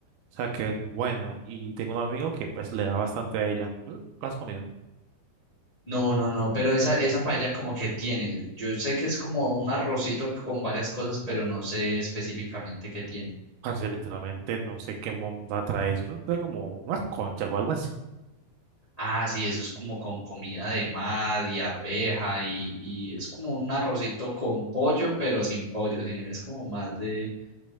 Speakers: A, on the right (about 85°); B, on the left (about 20°).
A: o sea, que es buena. Y tengo un amigo que pues le da bastante a ella. ¿Tú ¿Lo has comido?
B: No, no, no, pero esa, esa paella como que tiene, yo sé que es como un arrocito con varias cosas, pero no sé específicamente qué tiene.
A: Parce, literalmente no sé qué monda trae eso. Eso trae como unas conchas o algo así.
B: Ah, sí, eso es como con comida de mar y arveja y, y es como un arrocito con pollo, pero sin pollo, sí, es como más de,